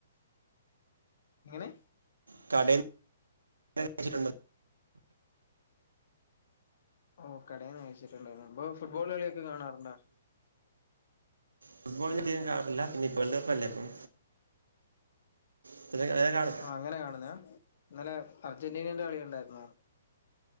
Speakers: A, on the left; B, on the right.
A: എങ്ങനെ?
B: കട <unintelligible> ച്ചിട്ടുണ്ട്
A: ഓ കടേന്ന് കഴിച്ചിട്ടുണ്ടന്ന് ബ്രോ ഫുട്ബോള് കളിയൊക്ക കാണാറ്ണ്ടാ?
B: ഫുട്ബോള്ഞഅതികം കാണാറില്ല പിന്നെപ്പോ വേൾഡ് കപ്പല്ലേ ഇപ്പം <unintelligible> കാണും
A: ആഹാ അങ്ങനെ കാണ്ന്നെ ഇന്നലെ അർജന്റീനന്റെ കളി കണ്ടായിരുന്നോ?